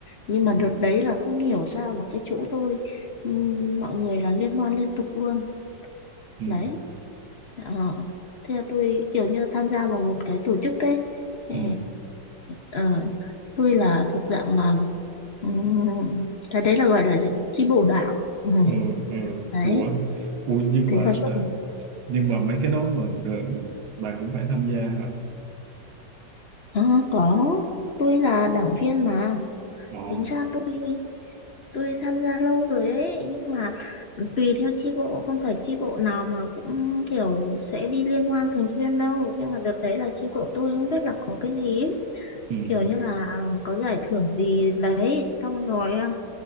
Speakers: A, on the left; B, on the right.
A: nhưng mà
B: ừ,
A: đợt đấy là không hiểu sao là cái chỗ tôi ừm, mọi người là liên hoan liên tục luôn
B: ừ,
A: đấy Ờ. thế là tôi kiểu như là tham gia vào một cái tổ chức ấy Ờ,
B: ừ.
A: ờ, tôi là thuộc dạng là ừm, cái đấy là gọi là gì? chi bộ đảng Ừ,
B: ừ, ừ.
A: đấy
B: ủa ủa nhưng
A: thế
B: mà
A: là suốt
B: nhưng mà mấy cái đó mà ờ, bà cũng phải tham gia hả
A: ờ, có tôi là đảng viên mà
B: ờ
A: Tính ra tôi tôi tham gia lâu rồi ấy nhưng mà tùy theo chi bộ không phải chi bộ nào mà cũng kiểu sẽ đi liên hoan thường xuyên đâu nhưng mà đợt đấy là chi bộ tôi không biết là có cái gì ấy.
B: ừ,
A: Kiểu như là à, có giải thưởng gì đấy xong rồi à,